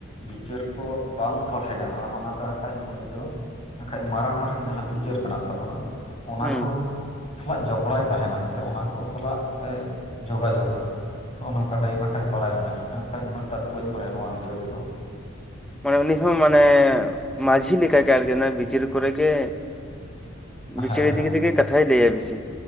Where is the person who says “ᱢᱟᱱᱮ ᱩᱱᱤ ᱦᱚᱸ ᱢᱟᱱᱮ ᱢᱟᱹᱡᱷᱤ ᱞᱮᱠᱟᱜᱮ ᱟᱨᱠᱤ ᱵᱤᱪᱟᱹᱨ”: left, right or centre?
Centre